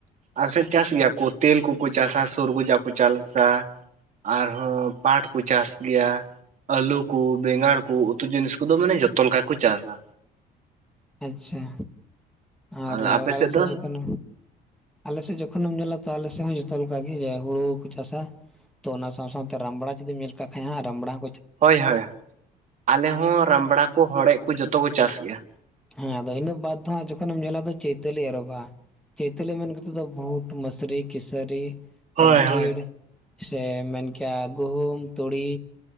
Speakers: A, on the right; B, in the centre.
A: ᱟᱨᱥᱮᱫ ᱪᱟᱥ ᱜᱮᱭᱟ ᱠᱚ ᱛᱮᱞ ᱠᱚᱠᱚ ᱪᱟᱥᱟ ᱥᱩᱨᱜᱡᱟ ᱠᱚ ᱪᱟᱥᱟ ᱟᱨᱦᱚᱸ ᱯᱟᱴ ᱠᱚ ᱪᱟᱥ ᱜᱮᱭᱟ ᱟᱹᱞᱩ ᱠᱚ ᱵᱮᱸᱜᱟᱲ ᱠᱚ ᱩᱛᱩ ᱡᱤᱱᱤᱥ ᱠᱚᱫᱚ ᱢᱟᱱᱮ ᱡᱚᱛᱚ ᱞᱮᱠᱟ ᱜᱮ ᱠᱚ ᱪᱟᱥᱟ
B: ᱟᱪᱪᱷᱟ
A: ᱟᱯᱮ
B: ᱟᱨ ᱟᱞᱮ
A: ᱫᱚ?
B: ᱥᱮᱫ ᱡᱚᱠᱷᱚᱱ ᱟᱞᱮᱥᱮᱫ ᱡᱚᱠᱷᱚᱱᱮᱢ ᱧᱮᱞᱟ ᱛᱚ ᱟᱞᱮ ᱥᱮᱫ ᱦᱚᱸ ᱡᱚᱛᱚ ᱞᱮᱠᱟᱜᱮ ᱦᱩᱲᱩ ᱠᱚ ᱪᱟᱥᱟ ᱛᱚ ᱚᱱᱟ ᱥᱟᱶ ᱥᱟᱶᱛᱮ ᱨᱟᱢᱵᱲᱟ ᱡᱩᱫᱤᱢ ᱧᱮᱞ ᱠᱟᱜ ᱠᱷᱟᱹᱡ ᱨᱟᱢᱲᱟ
A: ᱦᱳᱭ ᱦᱳᱭ ᱟᱞᱮ ᱦᱚᱸ ᱨᱟᱢᱲᱟ ᱠᱚ ᱦᱚᱲᱮᱡ ᱠᱚ ᱡᱚᱛᱚ ᱠᱚ ᱪᱟᱥ ᱜᱮᱭᱟ
B: ᱦᱮᱸ ᱟᱫᱚ ᱤᱱᱟᱹ ᱵᱟᱛ ᱦᱚᱸ ᱡᱚᱠᱷᱚᱱᱮᱢ ᱧᱮᱞᱟ ᱪᱳᱭᱛᱟᱞᱤ ᱮᱨᱚᱜᱚᱜᱼᱟ ᱪᱳᱭᱛᱟᱞᱤ ᱢᱮᱱ ᱠᱟᱛᱮᱫ ᱫᱚ ᱵᱷᱩᱴ ᱢᱟᱹᱥᱨᱤ ᱠᱤᱥᱟᱹᱨᱤ
A: ᱦᱳᱭ
B: ᱨᱟᱦᱤᱲ
A: ᱦᱳᱭ᱾
B: ᱥᱮ ᱢᱮᱱᱠᱮᱭᱟ ᱜᱩᱦᱩᱢ ᱛᱩᱲᱤ